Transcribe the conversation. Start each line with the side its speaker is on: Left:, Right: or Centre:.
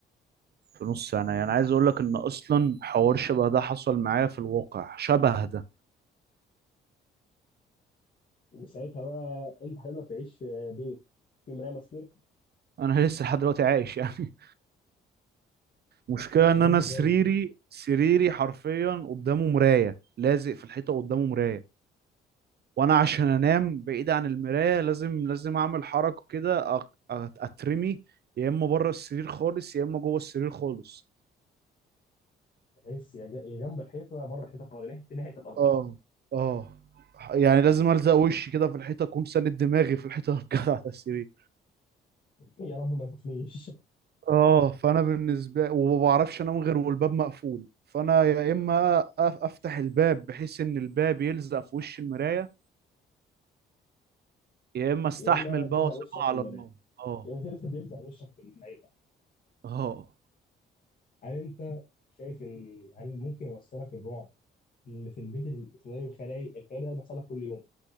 Right: في نص سنة يعني عايز اقول لك ان اصلا حوار شبه ده حصل معايا في الواقع شبه ده
Left: وساعتها بقى انت هتقدر تعيش في بيت في مرايه مسكونه
Right: انا لسه لحد دلوقتي عايش يعني <laughs> مشكلة
Left: طب
Right: ان انا
Left: انت
Right: سريري
Left: شايف
Right: سريري حرفيا قدامه مراية لازق في الحيطة قدامه مراية وانا عشان انام بعيد عن المراية لازم لازم اعمل حركة كده أق- أت- اترمي يا اما بره السرير خالص يا اما جوه السرير خالص
Left: تحس يا ج- يا جنب الحيطه يا بره الحيطه خالص ناحيه ناحيه الارض
Right: اه اه يعني لازم
Left: م.
Right: الزق وشي كده في الحيطة اكون ساند دماغي في الحيطة <laughs> بجد على السرير
Left: <laughs> يا رب ما تشوفنيش
Right: اه فانا بالنسبه وما بعرفش انام غير والباب مقفول فانا يا اما أف- افتح الباب بحيث ان الباب يلزق في وش المرايه يا
Left: <laughs>
Right: اما استحمل
Left: يا اما
Right: بقى
Left: تلزق
Right: واسيبها
Left: وشك
Right: على
Left: في المرايه
Right: الله اه
Left: يا اما تلزق تلزق وشك في الحيطه
Right: اه
Left: هل انت شايف ان هل ممكن يوصلك الرعب اللي في البيت السيناريو الخيالي الخيالي ده اللي بيحصل لك كل يوم